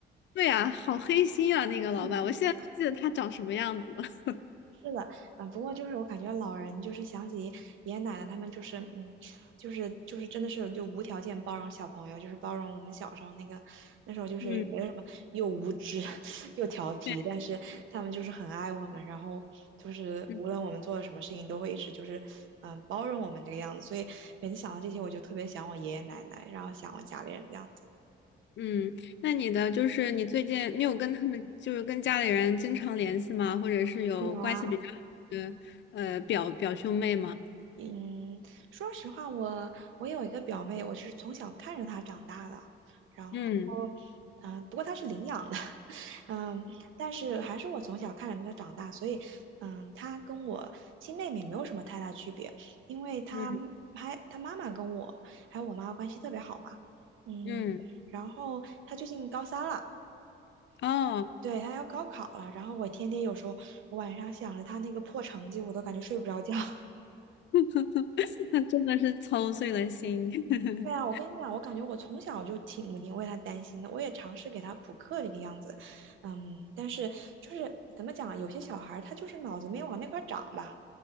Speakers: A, on the left; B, on the right.
A: 对啊，好黑心啊，那个老板，
B: 嗯
A: 我现在都记得他长什么样子。<laughs>
B: 是的，嗯，不过就是我感觉老人就是想起爷爷奶奶他们就是嗯，就是就是真的是就无条件包容小朋友，就是包容我们小时候那个那时候就是也没有什么又无知
A: 嗯，
B: <laughs> 又调皮，
A: 对，
B: 但是他们就是很爱我们，然后就是无论我们做了什么事情都会一直就是嗯包容我们这个样子，
A: <laughs> 嗯。
B: 所以每次想到这些我就特别想我爷爷奶奶，然后想我家里人这样子。
A: 嗯，那你的就是你最近你有跟他们就是跟家里人经常联系吗？或者是有关系比较好的呃表表兄妹吗？
B: 有啊，嗯，说实话，我我有一个表妹，我是从小看着她长大的，然后，
A: 嗯
B: 嗯、不过她是领养的，<laughs> 嗯，但是还是我从小看着她长大，所以，嗯，她跟我亲妹妹没有什么太大区别，因为她还她妈妈跟我还有我妈关系特别好嘛，
A: 嗯
B: 嗯，
A: 嗯，
B: 然后她最近高三了，
A: 哦，
B: 对，她要高考了，然后我天天有时候我晚上想着她那个破成绩，我都感觉睡不着觉。<laughs>
A: <laughs> 那真的是操碎了心。<laughs>
B: 对啊，我跟你讲，我感觉我从小就挺挺为他担心的，我也尝试给他补课这个样子，嗯，但是就是怎么讲，有些小孩儿他就是脑子没往那块儿长吧。